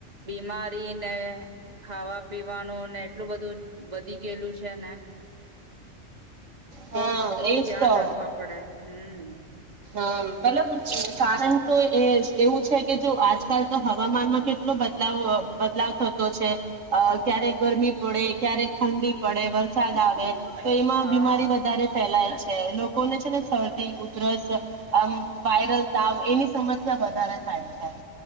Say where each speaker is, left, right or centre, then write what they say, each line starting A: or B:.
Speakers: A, on the right (about 30°); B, on the right (about 75°).
A: બીમારી ને ખાવા પીવાનું ને એટલું બધું વધી ગયેલું છે ને.
B: હા
A: બહ બહુ
B: એ જ
A: ધ્યાન
B: તો.
A: રાખવા પડે હમ.
B: અમ મતલબ કારણ તો એ એવું છે કે જો આજકાલ તો હવામાનમાં કેટલો બદલાવ બદલાવ થતો છે અ ક્યારેક ગરમી પડે ક્યારેક ઠંડી પડે વરસાદ આવે. તો એમાં
A: હા
B: બીમારી વધારે ફેલાય. છે નું. કોઈને છે ને સરદી ઉ દરસ આમ વાયરલ તાવ એની સમસ્યા વધારે થાય છે.